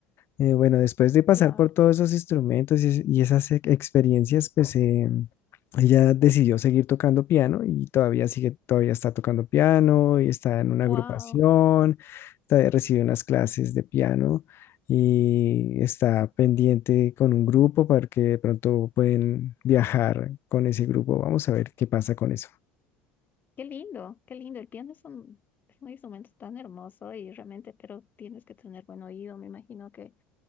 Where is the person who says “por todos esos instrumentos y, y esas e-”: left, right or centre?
Left